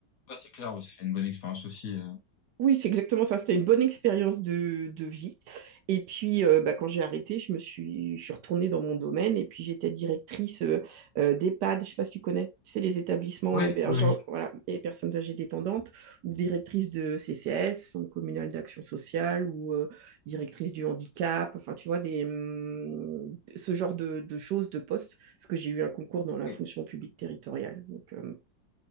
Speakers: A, on the left (about 60°); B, on the right (about 75°).
A: Bah, c'est clair, c'est une bonne expérience aussi. euh.
B: oui, c'est exactement ça. C'était une bonne expérience de, de vie. Et puis, euh, bah, quand j'ai arrêté, je me suis, je suis retournée dans mon domaine et puis j'étais directrice euh, euh, d'EHPAD. Je ne sais pas si tu connais, c'est les établissements
A: Oui,
B: hébergeants,
A: oui, oui.
B: voilà, et personnes âgées dépendantes, ou directrice de CCS, Centre communal d'action sociale, ou euh, directrice du handicap. Enfin, tu vois, des, hum, ce genre de, de choses, de postes, parce que j'ai eu un concours dans la
A: Ok,
B: fonction publique territoriale. Donc, euh,